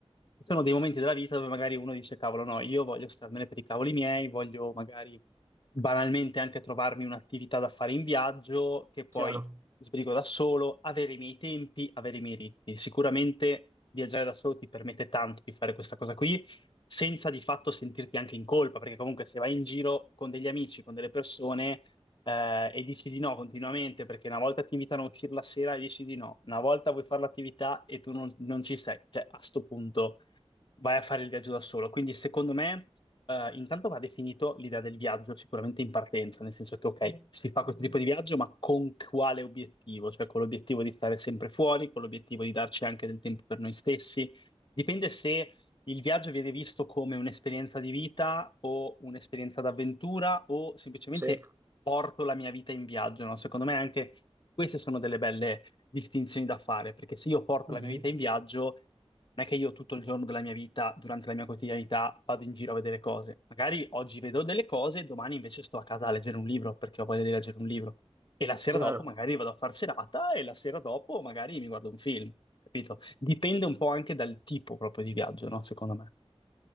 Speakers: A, on the left (about 50°); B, on the right (about 30°).
A: Ci sono dei momenti della vita dove magari uno dice, cavolo, no, io voglio starmene per i cavoli miei, voglio magari banalmente anche trovarmi un'attività da fare in viaggio, che poi
B: Chiaro.
A: sbrigo da solo, avere i miei tempi, avere i miei ritmi. Sicuramente viaggiare da solo ti permette tanto di fare questa cosa qui, senza di fatto sentirti anche in colpa, perché comunque se vai in giro con degli amici, con delle persone eh, e dici di no continuamente perché una volta ti invitano a uscire la sera e dici di no, una volta vuoi fare l'attività e tu non, non ci sei, cioè a sto punto vai a fare il viaggio da solo. Quindi secondo me eh, intanto va definito l'idea del viaggio sicuramente in partenza, nel senso che ok, si fa questo tipo di viaggio, ma con quale obiettivo? Cioè con l'obiettivo di stare sempre fuori, con l'obiettivo di darci anche del tempo per noi stessi. Dipende se il viaggio viene visto come un'esperienza di vita o un'esperienza d'avventura o semplicemente
B: Sì.
A: porto la mia vita in viaggio, no? Secondo me anche queste sono delle belle distinzioni da fare, perché se io porto
B: Mhm,
A: la mia vita in viaggio, non è che io tutto il giorno della mia vita, durante la mia quotidianità, vado in giro a vedere cose. Magari oggi vedo delle cose, domani invece sto a casa a leggere un libro, perché ho voglia di leggere un libro. E la sera
B: Chiaro.
A: dopo magari vado a far serata e la sera dopo magari mi guardo un film, capito? Dipende un po' anche dal tipo proprio di viaggio, no? Secondo me.